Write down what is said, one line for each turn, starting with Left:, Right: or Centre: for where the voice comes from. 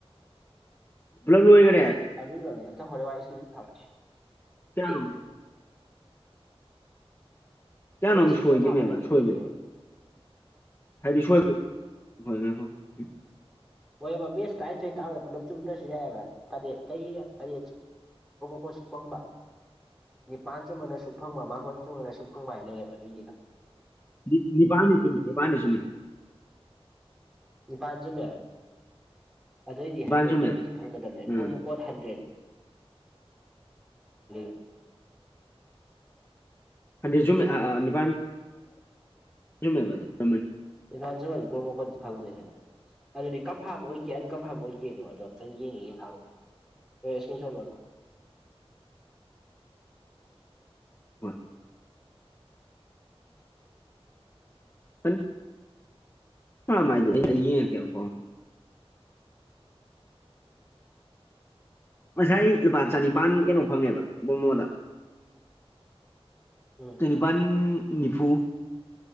Left: ꯄꯨꯂꯞ ꯂꯣꯏꯒ꯭ꯔꯦ
Centre: <unintelligible>
Left: ꯀꯌꯥꯅꯣꯝ ꯀꯌꯥꯅꯣꯝ
Centre: ꯍꯣꯔꯦꯟ ꯏꯁꯀ꯭ꯔꯤꯟ
Left: ꯁꯣꯏꯈꯤꯕꯅꯦꯕ
Centre: ꯁꯣꯠ ꯊꯥꯔꯛꯑꯣꯕ ꯑꯩ
Left: ꯁꯣꯏꯕꯗꯤ
Centre: ꯌꯦꯡꯒꯦꯕ
Left: <unintelligible>
Centre: ꯍꯣꯏꯌꯦꯕ ꯃꯦꯁ ꯇꯔꯥꯅꯤꯊꯣꯏ ꯇꯥꯛꯄꯗ ꯄꯨꯂꯞ ꯆꯨꯝꯗ꯭ꯔꯁꯨ ꯌꯥꯏꯌꯦꯕ ꯇꯔꯦꯠ ꯇꯩ <unintelligible> ꯑꯁꯨꯛ ꯐꯪꯕ ꯅꯤꯄꯥꯥꯟ ꯆꯨꯝꯕꯅ ꯁꯨꯛ ꯐꯪꯕ ꯃꯥꯜ ꯁꯨꯝꯕꯅ ꯑꯁꯨꯛ ꯐꯪꯕ ꯍꯥꯏꯅ ꯂꯩꯌꯦꯕ ꯑꯗꯨꯏꯅꯤꯗ
Left: ꯅꯤ ꯅꯤꯄꯥꯜꯅꯤ ꯆꯨꯝꯦ ꯅꯤꯄꯥꯜꯅꯤ ꯆꯨꯝꯃꯦ
Centre: ꯅꯤꯄꯥꯜ ꯆꯨꯝꯃꯦ ꯑꯗꯩꯗꯤ
Left: ꯅꯤꯄꯥꯜ
Centre: ꯍꯟꯗ꯭ꯔꯦꯠ
Left: ꯆꯨꯝꯃꯦꯕ
Centre: ꯄꯣꯏꯟꯗꯤ ꯐꯪꯒꯗꯕꯅꯦ
Left: ꯎꯝ
Centre: ꯄ꯭ꯔꯣꯃꯣ ꯀꯣꯗ ꯍꯟꯗ꯭ꯔꯦꯠ <unintelligible>
Left: <unintelligible> ꯅꯤꯄꯥꯟ
Centre: <inaudible>
Left: <unintelligible>
Centre: <unintelligible> ꯐꯪꯗꯣꯏꯅꯦꯕ ꯑꯗꯨꯗꯤ ꯀꯟꯐꯥꯔꯝ ꯑꯣꯏꯒꯦ ꯑꯟꯀꯟꯐꯥꯔꯝ ꯑꯣꯏꯒꯦꯗꯣ ꯑꯗꯣ ꯑꯝꯇꯪ ꯌꯦꯡꯒꯤꯒꯦ ꯊꯥꯔꯛꯑꯣ <unintelligible>
Left: <unintelligible> <inaudible> ꯃ ꯍꯥꯏꯗꯣ ꯑꯩ ꯌꯦꯡꯉꯛꯒꯦꯕꯀꯣ
Centre: <inaudible>
Left: ꯉꯁꯥꯏ ꯂꯨꯄꯥ ꯆꯅꯤꯄꯥꯟ ꯀꯩꯅꯣ ꯐꯪꯉꯦꯕ ꯃꯣꯃꯣꯗ
Centre: ꯎꯝ
Left: ꯆꯅꯤꯄꯥꯟ ꯅꯤꯐꯨ